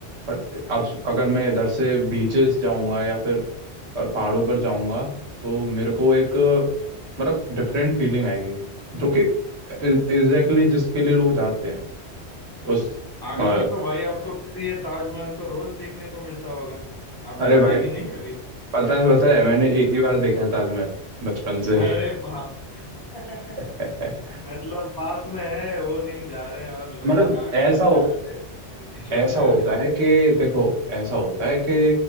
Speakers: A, on the right (about 70°); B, on the left (about 25°).
A: बट अब अगर मैं इधर से बीचेस जाऊंगा या फिर अ, पहाड़ों पर जाऊंगा तो मेरे को एक अ, मतलब डिफरेंट फीलिंग आएगी जो कि एग्जैक्टली exactly जिसके लिए लोग जाते हैं उस
B: आगरा
A: अ,
B: में तो भाई आपको फिर ये ताजमहल तो रोज देखने को मिलता होगा आप
A: अरे
B: जाते
A: भाई
B: कि नहीं कभी
A: पता है पता है
B: <laughs>
A: मैंने एक ही बार देखा है ताजमहल बचपन से
B: अरे बाप रे <laughs>
A: <laughs>
B: मतलब पास में है वो नहीं जा रहे और लोग
A: मतलब
B: कहाँ
A: ऐसा
B: कहाँ
A: हो,
B: से आ रहे हैं देशों
A: ऐसा
B: से
A: होता
B: आ रहे हैं।
A: है कि देखो ऐसा होता है कि